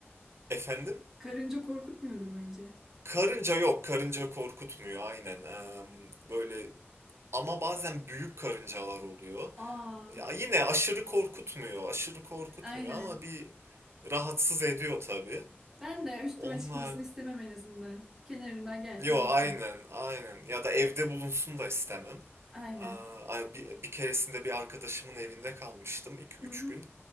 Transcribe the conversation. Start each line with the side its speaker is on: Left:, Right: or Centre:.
Right: Efendim?
Centre: Karınca korkutmuyordur bence.
Right: Karınca yok. Karınca korkutmuyor aynen. Eee, böyle Ama bazen büyük karıncalar oluyor.
Centre: Aa,
Right: Ya yine aşırı korkutmuyor, aşırı korkutmuyor
Centre: aynen.
Right: ama bir rahatsız ediyor tabii.
Centre: Ben de üstüme
Right: Onlar,
Centre: çıkmasını istemem en azından. Kenarımdan gelsin
Right: yo
Centre: geçsin.
Right: aynen, aynen. Ya da evde bulunsun da istemem.
Centre: Aynen.
Right: Aa, ay, bir, bir keresinde bir arkadaşımın evinde kalmıştım iki
Centre: Hı
Right: üç
Centre: hı.
Right: gün.